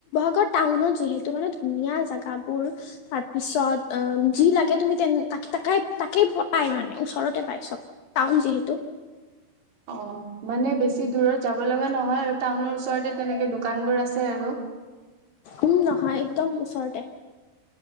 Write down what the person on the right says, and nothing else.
অ' মানে বেছি দূৰত যাব লগা নহয় আৰু টাউনৰ ওচৰতে তেনেকে দোকান বোৰ আছে আৰু